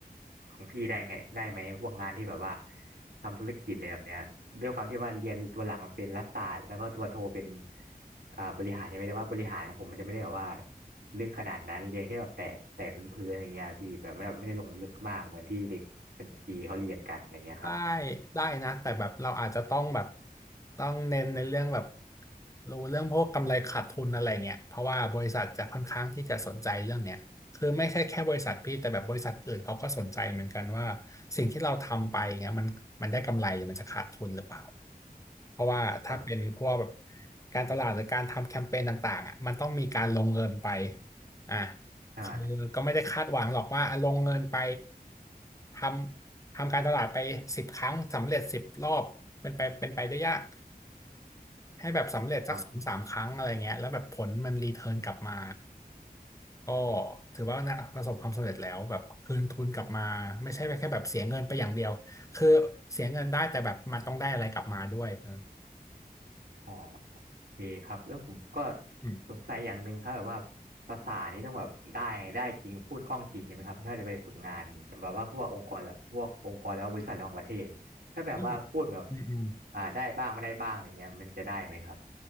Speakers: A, on the right (about 90°); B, on the left (about 20°).
A: ของพี่ได้ไงได้ไหมพวกงานที่แบบว่าทำธุรกิจเลยแบบเนี้ยด้วยความที่ว่าเรียนตัวหลักมันเป็นรัฐศาสตร์แล้วก็ตัวโทเป็นอ่าบริหารใช่ไหมแต่ว่าบริหารของผมมันจะไม่ได้แบบว่าลึกขนาดนั้นเรียนแค่แบบแตะแตะเป็นพื้นๆอะไรเงี้ยพี่แบบไม่ได้ไม่ได้ลงลึกมากเหมือนที่เด็กบัญชีเขาเรียนกันอะไรเงี้ยครับ
B: ได้ได้นะแต่แบบเราอาจจะต้องแบบต้องเน้นในเรื่องแบบรู้เรื่องพวกกำไรขาดทุนอะไรเงี้ยเพราะว่าบริษัทจะค่อนข้างที่จะสนใจเรื่องเนี้ยคือไม่ใช่แค่บริษัทพี่แต่แบบบริษัทอื่นเขาก็สนใจเหมือนกันว่าสิ่งที่เราทำไปเงี้ยมันมันได้กำไรหรือมันจะขาดทุนหรือเปล่าเพราะว่าถ้าเป็นพวกแบบ
A: ครับ
B: การตลาดหรือการทำแคมเปญต่างๆอ่ะมันต้องมีการลงเงินไปอ่ะ
A: ใช่
B: คือก็ไม่ได้คาดหวังหรอกว่าอ่ะลงเงินไปทำทำการตลาดไปสิบครั้งสำเร็จสิบรอบเป็นไปเป็นไปได้ยากให้แบบสำเร็จสักสองสามครั้งอะไรเงี้ยแล้วแบบผลมันรีเทิร์นกลับมา
A: ครับ
B: ก็ถือว่านะประสบความสำเร็จแล้วแบบคืนทุนกลับมาไม่ใช่แค่แบบเสียเงินไปอย่างเดียวคือเสียเงินได้แต่แบบมันต้องได้อะไรกลับมาด้วยเออ
A: อ๋อโอเคครับแล้วผมก็
B: อืม
A: สงสัยอย่างหนึ่งครับแบบว่าภาษานี้ต้องแบบได้ได้จริงพูดคล่องจริงใช่ไหมครับถ้าจะไปฝึกงานแบบว่าพวกองค์กรและพวกองค์กรแล้วาบริษัทระหว่างประเทศถ้าแบบว่าพูดแบบ
B: ก็อืมอืม
A: อ่าได้บ้างไม่ได้บ้างอะไรเงี้ยมันจะได้ไหมครับ